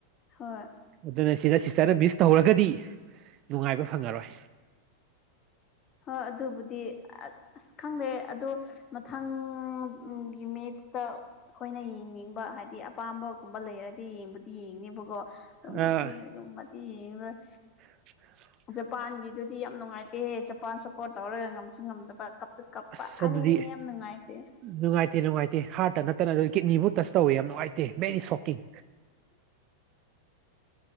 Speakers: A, on the left; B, on the right.
A: ꯍꯣꯏ
B: ꯑꯗꯨꯅ ꯁꯤꯗ ꯁꯤꯁꯇꯔꯗ ꯃꯤꯁ ꯇꯧꯍꯧꯔꯒꯗꯤ ꯅꯨꯡꯉꯥꯏꯕ ꯐꯪꯉꯔꯣꯏ꯫
A: ꯍꯣꯏ ꯑꯗꯨꯕꯨꯗꯤ ꯑꯁ ꯈꯪꯗꯦ ꯑꯗꯪ ꯃꯊꯪ ꯒꯤ ꯃꯦꯠꯁꯇ, ꯑꯈꯣꯏꯅ ꯌꯦꯡꯅꯤꯡꯕ ꯍꯥꯏꯗꯤ ꯑꯄꯥꯝꯕꯒꯨꯝꯕ ꯂꯩꯔꯗꯤ ꯌꯦꯡꯕꯨꯗꯤ ꯌꯦꯡꯅꯦꯕꯀꯣ꯫ ꯑꯗꯣ ꯉꯁꯤ
B: ꯑꯥ
A: ꯒꯨꯝꯕꯗꯤ ꯌꯦꯡꯉꯔꯣꯏ꯫
B: <inaudible>
A: ꯖꯄꯥꯟꯒꯤꯗꯨꯗꯤ ꯌꯥꯝ ꯅꯨꯡꯉꯥꯏꯇꯦꯍꯦ ꯖꯄꯥꯟ ꯁꯞꯄꯣꯔꯠ ꯇꯧꯔꯒ ꯉꯝꯁꯨ ꯉꯝꯗꯕ꯫ ꯀꯞꯁꯨ ꯀꯞꯄ
B: ꯑꯁ
A: ꯑꯔꯦ
B: ꯑꯗꯨꯗꯤ
A: ꯌꯥꯝ ꯅꯨꯡꯉꯥꯏꯇꯦ꯫
B: ꯅꯨꯡꯉꯥꯏꯇꯦ ꯅꯨꯡꯉꯥꯏꯇꯦ ꯍꯥꯔꯠꯇ ꯅꯠꯇꯅ ꯑꯗꯨ ꯀꯤꯠꯅꯤꯕꯨ ꯇꯁ ꯇꯧꯋꯦ ꯌꯥꯝ ꯅꯨꯡꯉꯥꯏꯇꯦ ꯕꯦꯔꯤ ꯁꯣꯛꯀꯤꯡ꯫